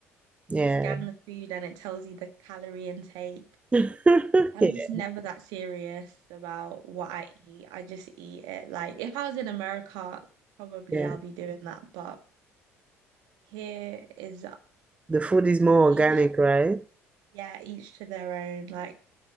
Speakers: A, on the right; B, on the right.
A: Yeah.
B: you scan the food and it tells you the calorie intake.
A: <laughs>
B: I'm
A: Yeah,
B: just never that serious about what I eat. I just eat it. Like, if I was in America, probably
A: yeah.
B: I'll be doing that. But here is
A: The food is more organic,
B: each.
A: right?
B: Yeah, each to their own, like